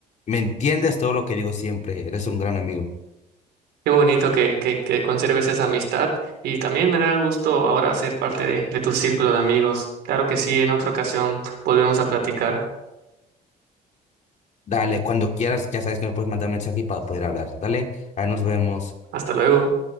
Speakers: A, on the left; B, on the right.
A: Me entiendes todo lo que digo siempre, eres un gran amigo.
B: Qué bonito que, que, que conserves esa amistad y también me da gusto ahora ser parte de, de tu círculo de amigos. Claro que sí, en otra ocasión volvemos a platicar.
A: Dale, cuando quieras, ya sabes que me puedes mandar mensaje para poder hablar. Dale, ahí nos vemos.
B: Hasta luego.